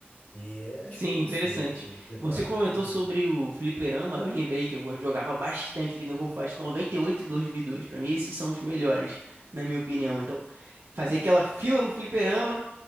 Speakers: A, on the left; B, on the right.
A: E é- acho
B: Sim,
A: que é isso
B: interessante.
A: mesmo que, que vale.
B: Você comentou
A: Uhum.
B: sobre o fliperama, eu lembrei que eu jogava bastante o Tengen Fight noventa e oito e e dois mil e dois Pra mim, esses são os melhores, na minha opinião. Então, fazia aquela fila no fliperama,